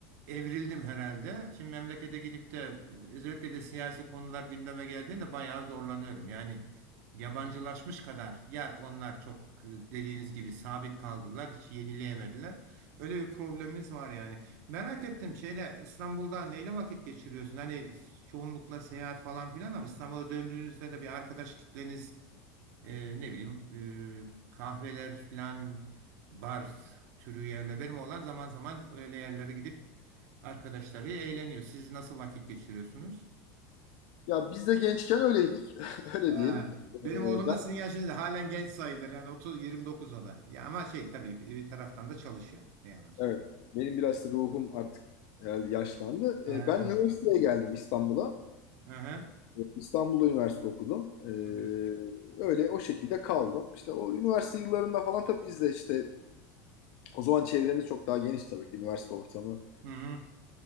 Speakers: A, on the right; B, on the left.
A: evrildim herhalde. Şimdi memlekete gidip de özellikle de siyasi konular gündeme geldiğinde bayağı zorlanıyorum. Yani yabancılaşmış kadar ya onlar çok e, dediğiniz gibi sabit kaldılar, hiç yenileyemediler. Öyle bir problemimiz var yani. Merak ettim şeyle İstanbul'da neyle vakit geçiriyorsun? Hani çoğunlukla seyahat falan filan ama İstanbul'a döndüğünüzde de bir arkadaş kitleniz e, ne bileyim e, kahveler filan bar türü yerle benim olan zaman zaman öyle yerlere gidip arkadaşlarıyla eğleniyor. Siz nasıl vakit geçiriyorsunuz?
B: Ya biz de gençken öyleydik. <laughs> Öyle
A: Ha,
B: diyelim. Ee,
A: benim oğlum
B: ben
A: da sizin yaşınızda halen genç sayılır yani 30 29'a da. Ya ama şey tabii bir bir taraftan da çalışıyor. Ne yalan söyleyeyim.
B: evet benim biraz da ruhum artık herhalde yaşlandı.
A: Ha,
B: Ee, ben üniversiteye geldim İstanbul'a.
A: Aha,
B: İstanbul'da üniversite okudum. Ee,
A: çok iyi.
B: öyle o şekilde kaldım. İşte o üniversite yıllarında falan tabii biz de işte o zaman çevremiz çok daha geniş tabii ki üniversite ortamı.
A: Hı hı.